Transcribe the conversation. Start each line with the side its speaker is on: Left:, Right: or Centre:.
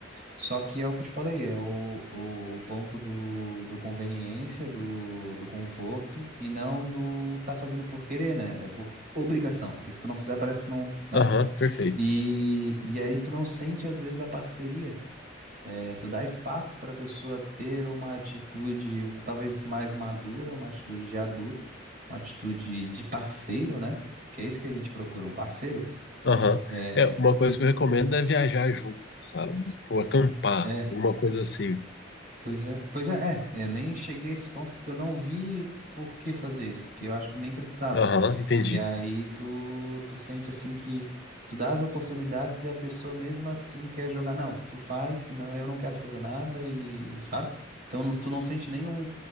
Right: Só que é o que eu te falei, é o, o ponto do, do conveniência, do, do conforto, e não do tá fazendo por querer, né? É por obrigação, porque se tu não fizer, parece que não, né?
Left: Aham, perfeito.
Right: E, e aí tu não sente, às vezes, a parceria. É, tu dá espaço para a pessoa ter uma atitude um- talvez mais madura, uma atitude de adulto, uma atitude de parceiro, né? Que é isso que a gente procura, um parceiro.
Left: Aham.
Right: É,
Left: É, uma coisa
Right: E
Left: que eu recomendo é viajar junto, sabe? Ou acampar,
Right: é,
Left: alguma coisa assim.
Right: pois é, pois é, é, eu nem cheguei a esse ponto porque eu não vi por que fazer isso, porque eu acho que nem precisava.
Left: Aham, entendi.
Right: E aí tu, tu sente assim que tu dá as oportunidades e a pessoa mesmo assim quer jogar. Não, tu faz, senão eu não quero fazer nada e sabe? Então não- tu não sente nenhum